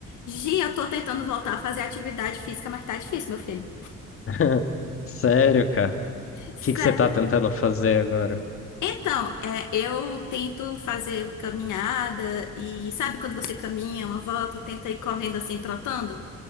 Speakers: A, on the left (about 75°); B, on the left (about 45°).
A: Gi, eu tô tentando voltar a fazer atividade física, mas tá difícil, meu filho.
B: <laughs> Sério, cara?
A: Sério?
B: O que que você tá tentando fazer agora?
A: Então, é, eu tento fazer caminhada e sabe quando você caminha uma volta e tenta ir correndo assim, trotando?